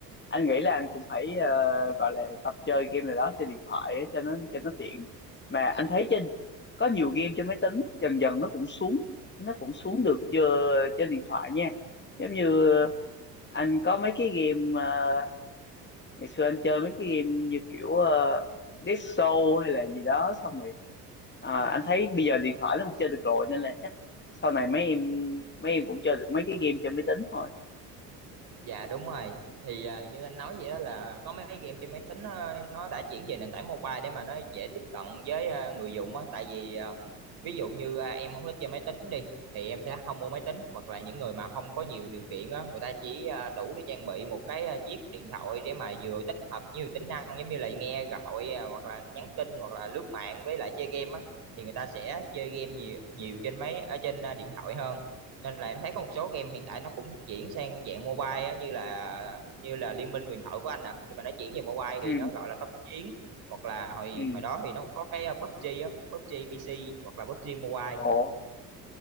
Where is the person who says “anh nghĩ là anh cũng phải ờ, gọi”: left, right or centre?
Left